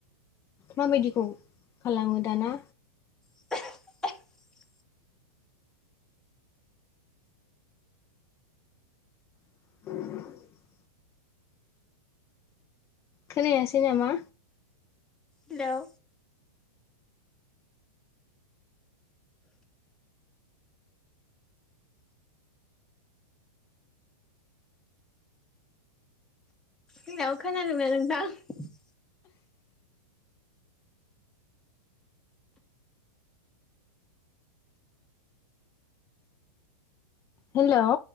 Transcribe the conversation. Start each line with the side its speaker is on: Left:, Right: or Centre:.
Left: माबायदिखौ खालामो दाना?
Centre: <unintelligible>
Left: <unintelligible> खोनायासै नामा?
Centre: हेलौ। हेल' खोनानाय बायदि मोनदां ।
Left: हेल'